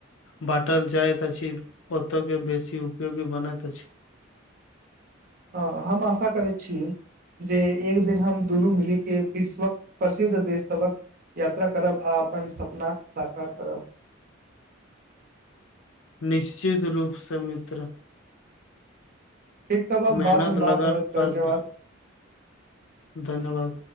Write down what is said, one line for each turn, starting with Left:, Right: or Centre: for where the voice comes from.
Left: बाँटल जाइत अछि ओतो के बेसी उपयोगी बनैत अछि
Right: हँ हम आशा करै छी जे एक दिन हम दुनू मिली के विश्वक प्रसिद्ध देश सबक यात्रा करब आ अपन सपना साकार करब
Left: निश्चित रूप स मित्र
Right: ठीक तब अब
Left: मेहनत
Right: बाद मे बात
Left: लगन
Right: हो
Left: आ
Right: धन्यवाद
Left: ध- धन्यवाद